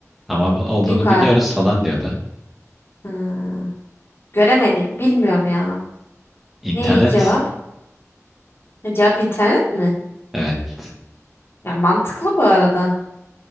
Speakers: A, in the centre; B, on the left.
A: Ama olduğunu
B: Yukarıda.
A: biliyoruz falan diyordu.
B: Hı, göremedi. Bilmiyorum ya.
A: İnternet.
B: Ne cevap? Ha, Cevap internet mi?
A: Evet.
B: Ya mantıklı bu arada.